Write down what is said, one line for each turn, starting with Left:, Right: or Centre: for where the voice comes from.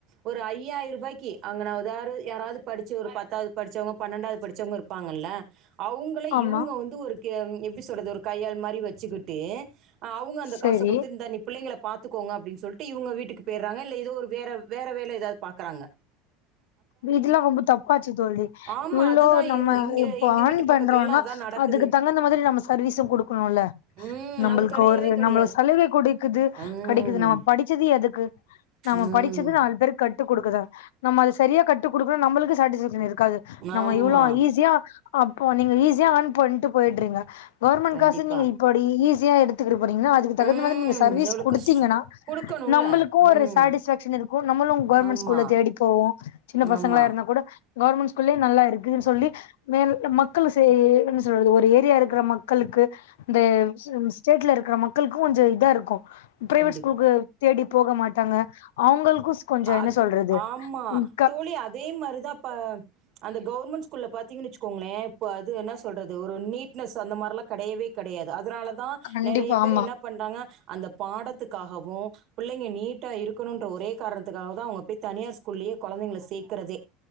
Right: ஒரு ஐயாயிரம் ரூபாய்க்கி அங்க நான் யாராவது படிச்சு ஒரு பத்தாவது படிச்சவங்க பன்னெண்டாவது படிச்சவங்க இருப்பாங்கல அவங்கள
Left: ஆமா
Right: இவுங்க வந்து ஒரு க்க எப்பிடி சொல்றது ஒரு கையாலு மாதிரி வச்சுக்கிட்டு அ அவுங்க அந்த
Left: சரி
Right: காச குடுத்து இந்தா நீ புள்ளைங்கள பாத்துக்கோங்க அப்டின்னு சொல்லிட்டு இவுங்க வீட்டுக்கு போயிறாங்க இல்ல ஏதோ ஒரு வேற வேற வேல யதாவுது பாக்கறாங்க
Left: இ இதெல்லா ரொம்ப தப்பாச்சு தோழி
Right: ஆமா
Left: இவ்ளோ
Right: அதுதான்
Left: நம்ம
Right: எங் இங்க
Left: இப்ப
Right: எங்க
Left: ஆன்
Right: வீட்டு பக்கத்துலலாம்
Left: பண்றோன்னா
Right: அதான் நடக்குது
Left: அதுக்கு தகுந்த மாதிரி நம்ம சர்வீசும் குடுக்கணும்ல
Right: ம்
Left: நம்பளுக்கு
Right: அது கிடையவே
Left: ஒரு
Right: கிடையாது
Left: நம்மள சலுகை கொடைக்குது
Right: ம்
Left: கடைக்குது நா படிச்சது எதுக்கு நம்ம
Right: ம்
Left: படிச்சது நாலு பேருக் கட்டு கொடுக்குதா நம்ம அத சரியாக கட்டு குடுக்கணு நம்ளுக்கு சாட்டிஸ்ஃபக்ஷன் இருக்கது நம்ம
Right: ஆமா
Left: இவ்ளோ ஈஸியா அப்போ நீங்க ஈஸியா ஆர்ன் பண்ட்டு போயிடுறீங்க கவர்மெண்ட்
Right: கண்டிப்பா
Left: காசு நீங்க இப்புடி ஈ <unintelligible> எடுத்து அதுக்கு தகுந்த
Right: ம்
Left: மாரி நீங்க சர்வீஸ்
Right: எவ்வளோ
Left: கூடுத்தீங்கன்னா
Right: கஷ்டம் கொடுக்கணும்ல
Left: நம்மளுக்கு
Right: ம்
Left: ஒரு சட்டிஸ்பக்ஷ்ன் இருக்கு நம்முளும் கவர்மெண்ட்
Right: ஆமா
Left: ஸ்கூல தேடி போவோ சின்ன பசங்களா
Right: ஆமா
Left: இருந்தா கூட கவர்மெண்ட் ஸ்கூல்லே நல்லா இருக்குதுன்னு சொல்லி மக்களு <unintelligible> என்ன சொல்றது ஒரு ஏரியா இருக்கற மக்களுக்கு இந்த ஸ் ஸ்டேட்ல இருக்கற மக்களுக்கு கொஞ்சோ இதா இருக்கு பிரைவேட்
Right: கண்டிப்பா
Left: ஸ்கூலுக்கு தேடி போக மாட்டாங்க அவங்களுக்கு கொஞ்சோ என்ன
Right: அது
Left: சொல்றது
Right: ஆமா
Left: உம்
Right: தோழி அதே மாரிதா அந்த கவர்மெண்ட் ஸ்கூல்ல பாத்தி வச்சுக்கோங்களே இப்ப அது என்ன சொல்றது ஒரு நீட்னஸ் அந்த மாரில்லா கெடையவே கெடையது அதனாலா தா
Left: கண்டிப்பா
Right: நெறைய பேர்
Left: ஆமா
Right: என்ன பண்றாங்க அந்த பாடத்துக்காகவு பிள்ளைங்க நீட்டா இருக்கணும்ன்ற ஒரே காரணத்துக்காக தா அவங்க போய் தனியார் ஸ்கூல்லேயே குழந்தைங்களை சேர்க்கறதே